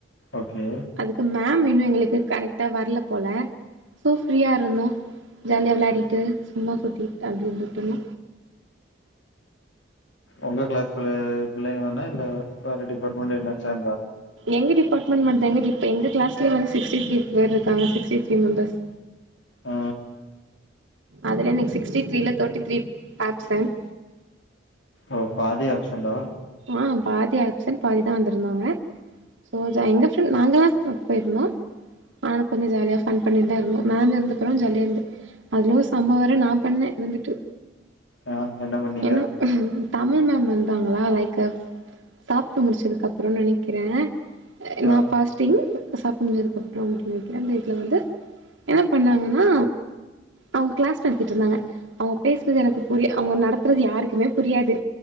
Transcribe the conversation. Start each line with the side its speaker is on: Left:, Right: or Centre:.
Left: ஓகே
Right: அதுக்கு மேம் இன்னு எங்குளுக்கு கரெக்டா வரல்ல போல ஸோ ஃப்ரீயா இருந்தோ ஜாலியா விளாடிட்டு சும்மா சுத்திட் அப்பிடி இருந்துட்டுருந்தோ
Left: உங்க கிளாஸ்ல்ல பிள்ளைங்க வேனா இல்ல வேற டிபார்ட்மெண்ட் எல்லா சேந்தா
Right: எங்க டிபார்ட்மண்ட் மட்டு்தாங்க இப்ப எங்க கிலாஸ்ல வந் சிக்ஸ்டி த்ரி பேர் இருக்காங்க சிக்ஸ்டி த்ரீ மெம்பர்ஸ்
Left: ஆ
Right: அதல எனக் சிக்ஸ்டி த்ரீல தேர்ட்டி த்ரீ ஆப்சென்ட்
Left: ஓ பாதி ஆப்ஷன்டா
Right: ஆ பாதி ஆப்சன்ட் பாதிதா வந்திருந்தாங்க ஸோ ஜா எங்க ஃப்ரெண்ட் நாங்க தா பப் போயிருந்தோ நானு கொஞ்சோ ஜாலியாஃபன் பண்ணிட்டுதா இருந்தோ மேம் இருந்தப்புறோ ஜாலியா இருந்து அதுலோ ஓர் சம்பவோ வேர நா பண்ணே இருந்துட்டு
Left: ஏ என்ன பண்ணீங்க
Right: ஏன்னா தமிழ் மேம் வந்தாங்களா லைக் கு சாப்ட்டு முடிச்சதுக்கப்புறோனு நெனைக்கிறே நா
Left: ஆ
Right: பாஸ்ட் டிங் சாப்ட்டு முஞ்சதுக்கப்புறோ அப்டின்னு நனைக்கிறே அந்த இதுல வந்து என்ன பண்ணாங்கன்னா அவுங்க கிளாஸ் நடத்திட்ருந்தாங்க அவுங்க பேசுறது எனக்கு புரியு அவுங்க நடத்துறது யாருக்குமே புரியாது